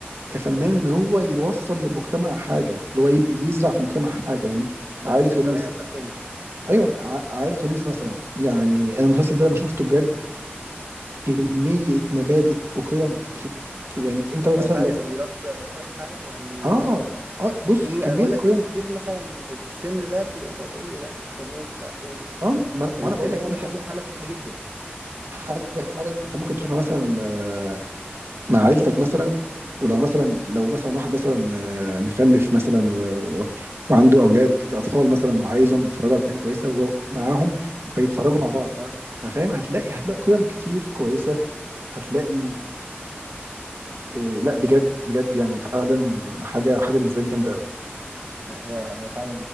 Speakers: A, on the right; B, on the right.
A: كفنان ان هو يوصل للمجتمع حاجه اللي هو يبقى يزرع في المجتمع حاجه يعني
B: بس
A: عائله
B: بطريقة
A: ونيس
B: انترتينمنت
A: ايوه ع- عائله ونيس مثلا يعني انا المسلسل ده لما شفته بجد كميه مبادئ وقيم بت- يعني انت مثلا
B: هو فعلا بيربي أطفال فعلا يعني
A: اه اه بص
B: في
A: كميه
B: أنا بقول لك
A: قيم
B: في ناس كتير مثلا في في السن ده بتقعد تقول لي مش عارف إيه
A: اه ما انا
B: ويتكلموا
A: ما أنا بقول لك انت
B: بيحبوا محمد صبحي جدا
A: حاجه فعلا انت ممكن تشوفها مثلا آه، مع عيلتك مثلا ولو مثلا لو مثلا واحد مثلا آه، مخلف مثلا و... و... وعنده اولاد اطفال مثلا وعايزهم يتفرجوا على حاجه كويسه وهو معاهم فيتفرجوا مع بعض
B: أه
A: فاهم هتلاقي هتلاقي قيم كتير كويسه هتلاقي إيه لا بجد بجد يعني فعلا حاجه حاجه بالنسبه لي جامده قوي
B: لا هو هو فعلا